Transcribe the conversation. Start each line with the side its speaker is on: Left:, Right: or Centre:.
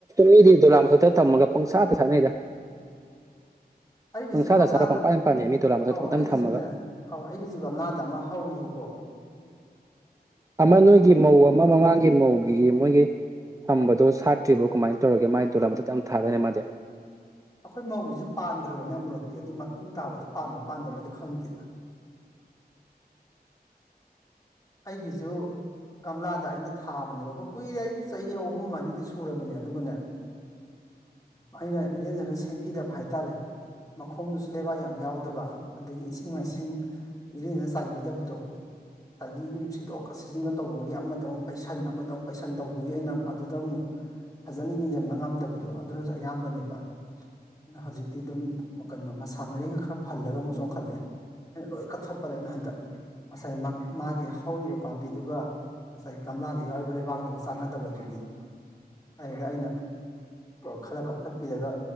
Right: ꯃꯤꯗꯤ ꯗꯣꯂꯥꯝ ꯃꯊꯛꯇ ꯊꯝꯃꯒ ꯄꯪꯁꯥꯗ ꯁꯥꯟꯅꯩꯗ
Left: ꯑꯩꯔꯤ
Right: ꯄꯪꯁꯥꯗ
Left: ꯀꯁꯤꯕꯨ ꯀꯃꯂ
Right: ꯁꯥꯔ
Left: ꯍꯥ
Right: ꯄꯪꯄꯥꯟ
Left: ꯇꯞ
Right: ꯄꯥꯟꯅꯩ ꯃꯤ ꯗꯣꯂꯥ ꯃꯊꯛꯇ
Left: ꯑꯧ
Right: ꯄꯪꯊꯝ
Left: ꯑꯩꯒꯤꯁꯨꯅꯦ
Right: ꯊꯝꯃꯒ
Left: ꯑꯧ ꯑꯩꯒꯤꯁꯨ ꯒꯝꯂꯥꯗ ꯑꯃ ꯍꯧꯋꯕꯀꯣ
Right: ꯑꯃ ꯅꯣꯏꯒꯤ ꯃꯧ ꯑꯃ ꯃꯃꯥꯡꯒꯤ ꯃꯧꯒꯤ ꯃꯣꯏꯒꯤ ꯊꯝꯕꯗꯣ ꯁꯥꯠꯇ꯭ꯔꯤꯕ ꯀꯃꯥꯏꯅ ꯇꯧꯔꯒꯦ ꯃꯥꯒꯤ ꯗꯣꯂꯥꯊ ꯌꯥꯝ ꯊꯥꯗꯣꯏꯅ ꯃꯥꯗꯤ
Left: ꯑꯩꯈꯣꯏ ꯃꯧꯧꯕꯁꯨ ꯄꯥꯟꯈ꯭ꯔꯕꯅꯦ ꯑꯃꯨꯔꯛꯇꯤ ꯑꯗꯨ ꯃꯇꯨꯡ ꯇꯥꯕꯗ ꯄꯥꯟꯕ꯭ꯔꯥ ꯄꯥꯟꯗꯕ꯭ꯔꯥꯗꯤ ꯈꯪꯗꯦꯗ
Right: <unintelligible>
Left: ꯑꯩꯒꯤꯁꯨ ꯒꯝꯂꯥꯗ ꯑꯩꯅ ꯊꯥꯕꯅꯦꯕ ꯑꯩꯈꯣꯏ ꯀꯨꯏꯔꯦ ꯑꯩ ꯆꯍꯤ ꯑꯍꯨꯝ ꯃꯔꯤꯗ ꯁꯨꯔꯕꯅꯦ ꯑꯗꯨꯒꯅꯦ ꯑ ꯑꯩꯅ ꯏꯔꯦꯟꯖꯅ ꯁꯦꯝꯕꯤꯗꯕ ꯍꯥꯏꯇꯥꯔꯦ ꯃꯈꯣꯡꯗꯨꯁꯨ ꯂꯩꯕꯥꯛ ꯌꯥꯝ ꯌꯥꯎꯗꯕ ꯑꯗꯒꯤ ꯏꯁꯤꯡ ꯃꯥꯏꯁꯤꯡ ꯏꯔꯦꯅ ꯆꯥꯏꯕꯤꯗꯕꯗꯣ ꯉꯁꯥꯏꯒꯤ ꯌꯨꯝ ꯁꯤꯗꯣꯛꯑꯀ ꯁꯤꯖꯤꯟꯅ ꯇꯧꯕꯒꯤ ꯑꯃꯗ ꯑꯃꯨꯛ ꯄꯩꯁꯟ ꯑꯃꯗ ꯑꯃꯨꯛ ꯄꯩꯁꯟ ꯇꯧꯕꯒꯤ ꯑꯣꯏꯅ ꯑꯗꯨꯗ ꯑꯃꯨꯛ ꯐꯖꯅ ꯌꯦꯡꯁꯤꯟꯕ ꯉꯝꯗꯕꯗꯣ ꯑꯗꯨꯅꯁꯨ ꯑꯌꯥꯝꯕꯅꯦꯕ ꯍꯧꯖꯤꯛꯇꯤ ꯑꯗꯨꯝ ꯀꯩꯅꯣ ꯃꯁꯥ ꯃꯔꯤꯒ ꯈꯔ ꯐꯜꯂꯒ ꯑꯃꯨꯛ ꯆꯣꯡꯈꯠꯂꯛꯑꯦ ꯑꯩꯅ ꯂꯣꯏ ꯀꯛꯊꯠꯄ ꯂꯩꯩꯅ ꯍꯟꯗꯛ ꯉꯁꯥꯏ ꯃꯥꯒꯤ ꯍꯧꯔꯤꯕ ꯄꯥꯝꯕꯤꯗꯨꯒ ꯉꯁꯥꯏ ꯒꯝꯂꯥꯗ ꯌꯥꯎꯔꯤꯕ ꯂꯩꯕꯥꯛꯇꯒ ꯆꯥꯟꯅꯗꯕꯗꯨꯒꯤ ꯑꯗꯨꯗ ꯑꯩꯅ ꯈꯔ ꯀꯛꯊꯠꯄꯤꯔꯒ